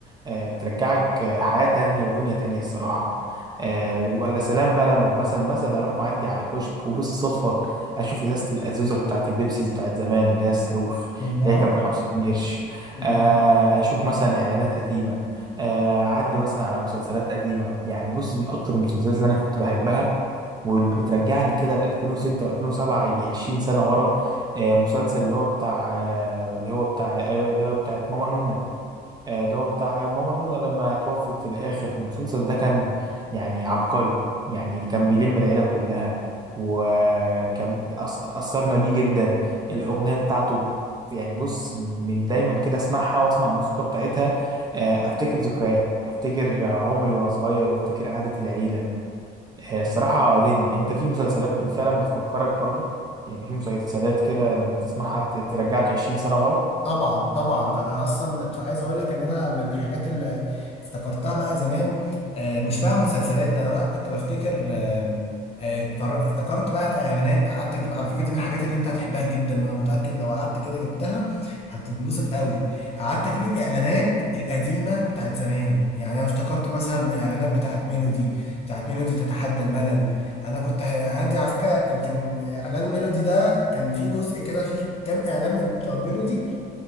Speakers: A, on the right; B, on the left.
A: آه، بترجعك آه، حياه تانية ودنيا تانية الصراحه آه، ولا سلام بقى لما مثلا مثلا اروح معدي على كشك وبالصدفه اشوف ازازه الازوزه بتاعت البيبسي بتاعت زمان اللي هي الصاروخ
B: الله
A: اللي هي كانت ب 5 قرش
B: الله
A: آه، اشوف مثلا اعلانات قديمه آه، عدي مثلا على مسلسلات قديمة يعني بص من أكتر المسلسلات اللي أنا كنت بحبها واللي بترجعني كده ل 2006 و2007 يجي 20 سنة ورا آه، مسلسل اللي هو بتاع آه، اللي هو بتاع آه، اللي هو بتاعت ماما نونا آه، اللي هو بتاع ماما نونا لما توفت في الآخر المسلسل ده كان يعني عبقري يعني اللي كان بيلم العيلة كلها وكان اتأث- اتأثرنا بيه جدا الأغنية بتاعته يعني بص من دايما كده اسمعها واسمع الموسيقى بتاعتها آه، افتكر ذكريات افتكر عمري وانا صغير وافتكر قعدة العيلة آه، الصراحة دنيا انت في مسلسلات فعلا بتفكرك برضو يعني في مسلسلات كده لما تسمعها ت- ترجعك 20 سنة ورا
B: طبعا طبعا انا اصلا عايز اقول لك ان انا من الحاجات اللي افتكرتها بقى زمان آه، مش بقى مسلسلات ده انا بقى كنت بفتكر آه، آه، اتفر- افتكرت بقى الاعلانات قعدت اجيب على فكره دي من الحاجات اللي انت هتحبها جدا وانا متاكد لو قعدت كده جبتها هتنبسط قوي قعدت اجيب الاعلانات القديمه بتاعت زمان يعني انا افتكرت مثلا اعلانات بتاعت ميلودي بتاعت ميلودي تتحدى الملل انا كنت الاعلانات دي على فكره يمكن اعلان ميلودي ده كان فيه جزء كده فيه كام اعلان من بتوع ميلودي